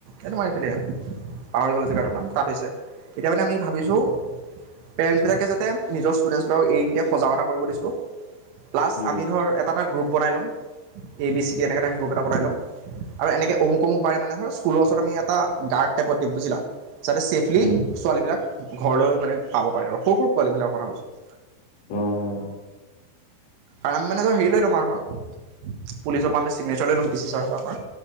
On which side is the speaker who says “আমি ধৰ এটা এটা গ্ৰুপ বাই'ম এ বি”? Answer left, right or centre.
Right